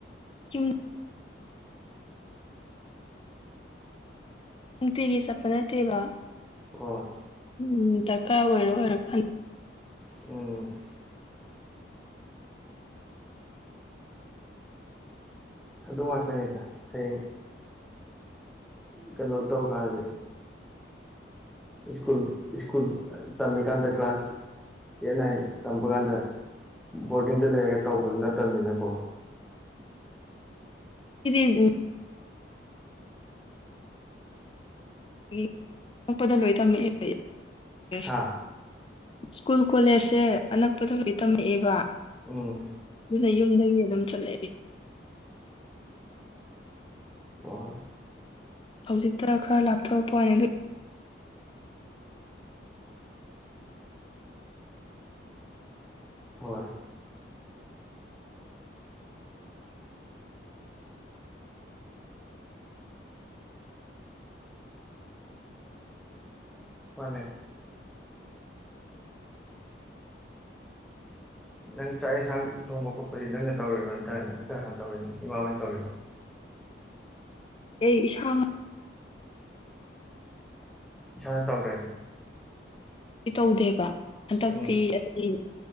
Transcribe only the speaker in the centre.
ꯑꯣ
ꯎꯝ ꯑꯗꯨ ꯉꯥꯛꯇꯅꯤꯗ ꯍꯌꯦꯡ ꯀꯩꯅꯣ ꯇꯧꯔ ꯀꯥꯟꯗꯗꯤ ꯁ꯭ꯀꯨꯜ ꯁ꯭ꯀꯨꯜ ꯇꯝꯃꯤꯀꯥꯟꯗ ꯀ꯭ꯂꯥꯁ ꯑꯦꯠ ꯅꯥꯏꯟ ꯇꯝꯕ ꯀꯥꯟꯗ ꯕꯣꯔꯗꯤꯡꯗ ꯂꯩꯔꯒ ꯇꯧꯕꯗꯨ ꯅꯠꯇꯃꯤꯅꯀꯣ
ꯍꯥ
ꯎꯝ
ꯑꯣ
ꯍꯣꯏ ꯃꯥꯅꯦ ꯅꯪ ꯆꯥꯛ ꯌꯦꯟꯁꯥꯡ ꯊꯣꯡꯕ ꯈꯣꯠꯄꯗꯤ ꯅꯪꯅ ꯇꯧꯔꯤꯔꯣ ꯅꯠꯇ꯭ꯔꯅ ꯀꯅꯥꯅ ꯇꯧꯔꯤꯅꯣ ꯏꯃꯥꯍꯣꯏꯅ ꯇꯧꯔꯤꯔꯣ
ꯏꯁꯥꯅ ꯇꯧꯔꯦ
ꯎꯝ